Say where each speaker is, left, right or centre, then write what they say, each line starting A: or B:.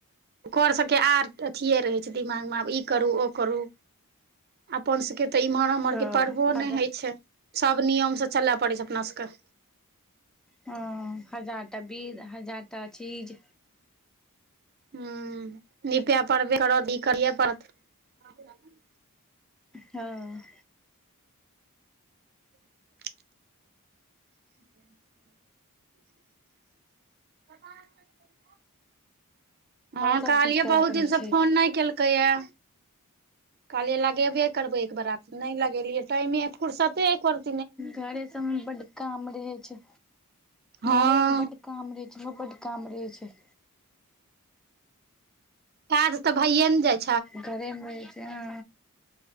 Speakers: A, on the right; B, in the centre.
A: कर सबके आर अथियए रहै छै दिमागमे आब ई करू ओ करू अपन सबके तऽ इम्हर उम्हरके
B: हँ
A: पर्वो
B: हजार
A: नहि होइ छै सब नियमसँ चलय पड़ैत छै अपना सबके
B: हॅं हजार टा बिध हजार टा चीज
A: हुॅं निपय पड़बे करत ई कर पड़त <unintelligible>
B: हँ
A: <inaudible> <inaudible> <inaudible> प। हँ
B: सभकिछु
A: कहलियै
B: करय
A: बहुत
B: पड़ै
A: दिनसँ
B: छै
A: फोन नहि केलकैए। कहलियै लगेबे करबै एक बरा नहि लगेलियै टाइमे फुरसते एकर
B: घरे सभमे बड काम रहै छै
A: हँ
B: घरे मे बड़ काम रहे छै बड़ बड़ काम रहे छै।
A: यार त भइए ने जाइ छै
B: घरेमे रहै छै ह।